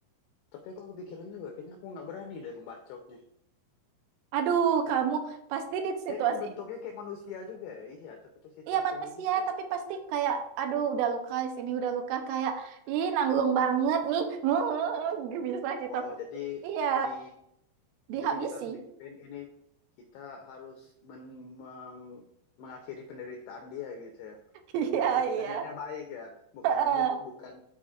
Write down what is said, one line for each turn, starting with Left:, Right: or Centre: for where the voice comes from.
Left: Tapi aku kepikiran juga kayaknya aku nggak berani deh ngebacoknya.
Right: Aduh, kamu pasti di situasi.
Left: Dia kan bentuknya kayak manusia juga ya. Iya takut tuh situasi
Right: Iya manusia,
Left: yang begitu
Right: tapi
Left: ya.
Right: pasti kayak, aduh udah luka di sini udah luka kayak, ih nanggung banget nih. <laughs> Bisa kita
Left: Oh
Right: pukul.
Left: jadi
Right: Iya,
Left: di
Right: dihabisi.
Left: Jadi kita harus mikirin
Right: <laughs>
Left: ini kita harus men- meng- mengakhiri penderitaan dia gitu ya.
Right: Iya,
Left: Jadi kita
Right: iya.
Left: niatnya baik ya, bukan
Right: Heeh,
Left: ngebun- bukan